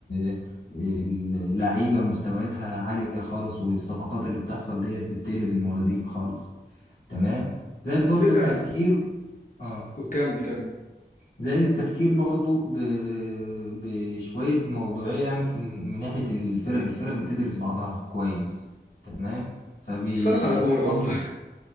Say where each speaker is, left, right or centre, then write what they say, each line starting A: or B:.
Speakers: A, on the left; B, on the left.
A: آه، آه، لعيبة مستوياتها عالية خالص والصفقات اللي بتحصل ديت بتقلب الموازين خالص تمام زائد برضو
B: فرقه
A: التفكير اه
B: كمل كمل
A: زائد التفكير برضو ب... بشوية موضوعية يعني في... من ناحية الفرق الفرق بتدرس بعضها كويس تمام فبيحفظ
B: اتفرج على كورة والله